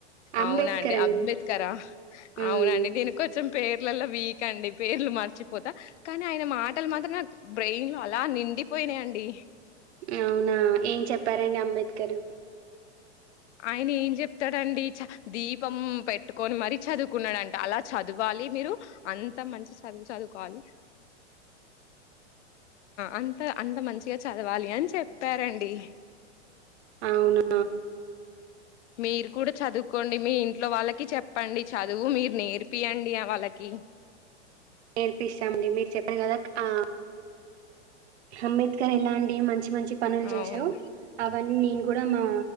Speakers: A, on the right; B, on the left.
A: అంబేద్కర్
B: అవునండి
A: అండి
B: అంబేద్కరా
A: మ్మ్.
B: అవునండి. నేను కొంచెం పేర్లలో వీక్ అండి పేర్లు మర్చిపోతా కానీ ఆయన మాటలు మాత్రం నా బ్రెయిన్ లో అలా నిండిపోయినయండి.
A: అవునా ఏం చెప్పారండి అంబేద్కరు.
B: ఆయన ఏం చెప్తాడండి. చ దీపం పెట్టుకొని మరి చదువుకున్నాడంట అలా చదవాలి. మీరు అంత మంచి చదువు చదువుకోవాలి అంత అంత మంచిగా చదవాలి అని చెప్పారండి.
A: అవునా
B: మీరు కూడా చదువుకోండి. మీ ఇంట్లో వాళ్ళకి చెప్పండి. చదువు మీరు నేర్పియండి ఆ వాళ్ళకి.
A: నేర్పిస్తామండి మీరు చెప్పారు కదాక్ ఆ అంబేద్కర్ ఎలాంటి మంచి మంచి పనులు చేశారో
B: అవును
A: అవన్నీ నేను కూడా మా